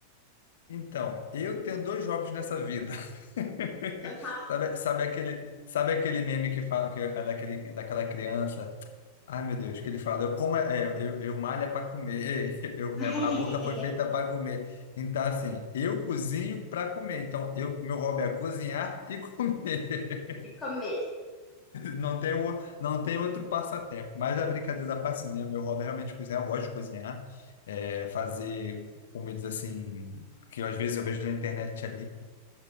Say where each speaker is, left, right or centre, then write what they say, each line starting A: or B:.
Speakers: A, on the left (about 60°); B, on the left (about 15°).
A: Então, eu tenho dois jobs nessa vida. <laughs>
B: Dois rápido
A: Sabe, sabe aquele, sabe aquele meme que fala que é daquele, daquela criança Ai, meu Deus, que ele fala, eu como é, é, eu, eu malho para comer, <laughs> eu,
B: <laughs>
A: minha, a boca foi feita para comer. Então, assim, eu cozinho para comer. Então, eu, meu hobby é cozinhar e <laughs> comer.
B: e comer.
A: Não tem, o- não tem outro passatempo. Mas a brincadeira da parte, assim, né? Meu hobby é realmente cozinhar, eu gosto de cozinhar, é, fazer comidas assim, que às vezes eu vejo na internet ali,